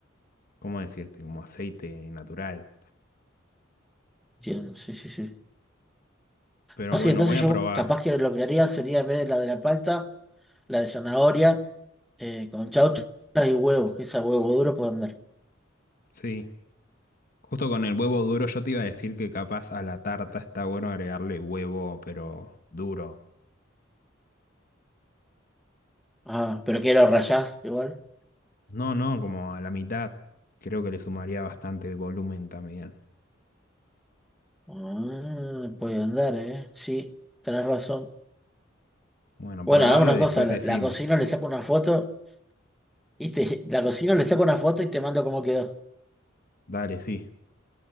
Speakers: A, on the left; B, in the centre.
A: ¿Cómo decirte? Como aceite natural.
B: Entiendo, sí, sí, sí.
A: Pero
B: No, sí,
A: bueno,
B: entonces
A: voy a
B: yo
A: probar.
B: capaz que lo que haría sería en vez de la de la palta, la de zanahoria, eh, con chauchas y huevo. Esa huevo duro puede andar.
A: Sí. Justo con el huevo duro, yo te iba a decir que capaz a la tarta está bueno agregarle huevo, pero duro.
B: Ah, pero que lo rallás igual.
A: No, no, como a la mitad. Creo que le sumaría bastante volumen también.
B: Ah, puede andar, ¿eh? Sí, tenés razón.
A: Bueno,
B: Bueno,
A: probalo
B: hagamos una
A: y después
B: cosa, la,
A: decime.
B: la cocino, le saco una foto Y te, la cocino, le saco una foto y te mando cómo quedó.
A: Dale, sí.